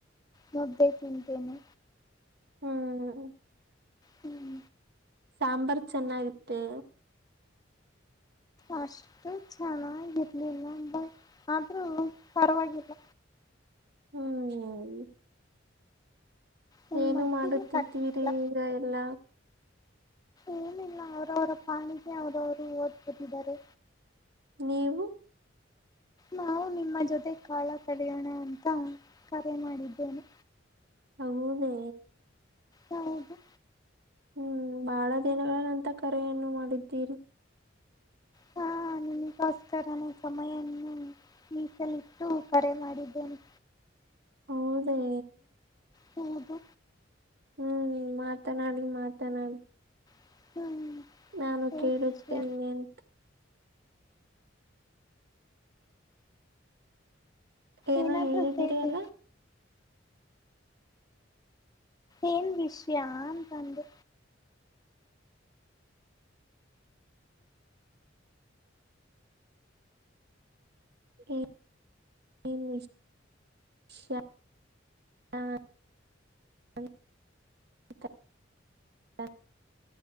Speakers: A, on the left; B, on the right.
A: ಮುದ್ದೆ ತಿನ್ನತೇನೆ
B: ಹ್ಮ್ <inaudible>
A: ಹ್ಮ್
B: ಸಾಂಬರ್ ಚೆನ್ನಾಗಿತ್ತೆ.
A: ಅಷ್ಟು ಚೆನ್ನಾಗಿರ್ಲಿಲ್ಲ ಬಟ್ ಆದ್ರೂ ಪರವಾಗಿಲ್ಲ
B: ಹ್ಮ್
A: ನನ್ನ
B: ಏನು
A: ಮಟ್ಟಿಗೆ
B: ಮಾಡುತ್ತಿದ್ದೀರಿ
A: ಪರವಾಗಿಲ್ಲ
B: ಈಗ ಎಲ್ಲ
A: ಏನಿಲ್ಲ ಅವರವರ ಪಾಡಿಗೆ ಅವ್ರವರು ಓದಕೋತಿದಾರೆ
B: ನೀವು?
A: ನಾವು ನಿಮ್ಮ ಜೊತೆ ಕಾಲ ಕಳೆಯೋಣ ಅಂತ ಕರೆ ಮಾಡಿದ್ದೇನೆ.
B: ಹೌದೇ
A: ಹೌದುಾ
B: ಹ್ಮ್ ಬಹಳ ದಿನಗಳ ನಂತ ಕರೆಯನ್ನು ಮಾಡಿದ್ದೀರಿ
A: ಹಾ ನಿಮಿಗೋಸ್ಕರನೆ ಸಮಯವನ್ನು ಮೀಸಲಿಟ್ಟು ಕರೆ ಮಾಡಿದ್ದೇನೆ
B: ಹೌದೇ
A: ಹೌದು
B: ಹ್ಮ್ ಮಾತನಾಡಿ ಮಾತನಾಡಿ
A: ಹ್ಮ್
B: ನಾನು
A: ಏನ್
B: ಕೇಳುತ್ತೇನೆ
A: ವಿಷಯ
B: ಅಂತ ಏನೊ
A: ಏನಾದ್ರೂ
B: ಹೇಳಿದ್ದೀರಿ
A: ಹೇಳಿ
B: ಅಲ್ಲ
A: ಏನ್ ವಿಷಯ ಅಂತಂದೆ
B: ಷ <inaudible>